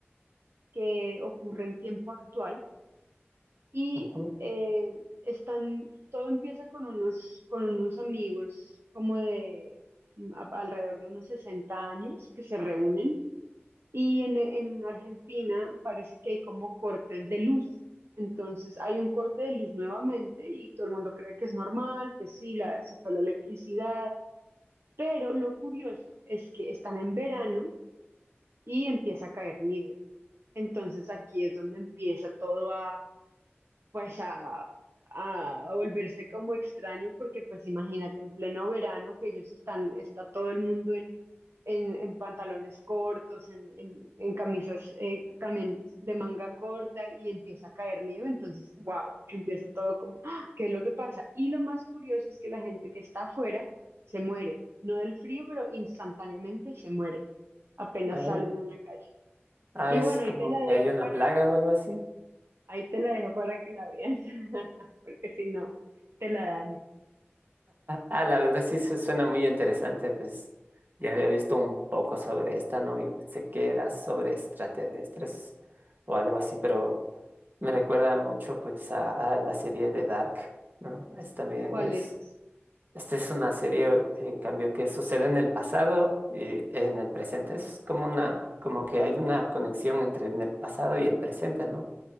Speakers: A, on the right; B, on the right.
A: que ocurre en tiempo actual y
B: Ujú.
A: eh, están, todo empieza con unos, con unos amigos como de mm, a- alrededor de unos 60 años que se reúnen y en, en Argentina parece que hay como cortes de luz. Entonces hay un corte de luz nuevamente y todo el mundo cree que es normal, pues sí, la, se fue la electricidad. Pero lo curioso es que están en verano y empieza a caer nieve. Entonces aquí es donde empieza todo a pues a, a volverse como extraño, porque pues imagínate en pleno verano que ellos están, está todo el mundo en, en, en pantalones cortos, en, en, en camisas eh, también de manga corta y empieza a caer nieve, entonces, wow, empieza todo como, ¡ah! ¿qué es lo que pasa? Y lo más curioso es que la gente que está afuera se muere, no del frío, pero instantáneamente se muere, apenas
B: Ah,
A: salen a la calle.
B: ah,
A: Y
B: es
A: bueno,
B: como
A: ahí te la dejo
B: que hay una
A: para
B: plaga o algo así.
A: Ahí te la dejo para que la veas, <laughs> porque si no, te la daño.
B: Ah, la verdad sí se suena muy interesante, pues ya había visto un poco sobre esta, ¿no? Yo pensé que era sobre extraterrestres o algo así, pero me recuerda mucho pues a, a la serie de Dark, ¿no? Es también
A: ¿Cuál
B: es,
A: es eso?
B: esta es una serie en cambio que sucede en el pasado y en el presente. Es como una, como que hay una conexión entre en el pasado y el presente, ¿no?